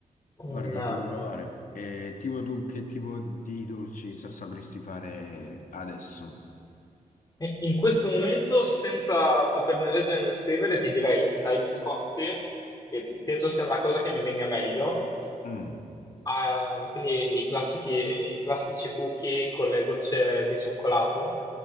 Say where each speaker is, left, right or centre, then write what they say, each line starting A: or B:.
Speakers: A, on the left; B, on the left.
A: mm,
B: Guarda,
A: un,
B: devo provare. Eh, tipo tu, che tipo di dolci sa- sapresti fare adesso?
A: E In questo momento, senza saperne leggere né scrivere, ti direi dai biscotti, che penso sia una cosa che mi venga meglio.
B: Mm.
A: Ah, quindi i classici, i classici cookie con le gocce di cioccolato,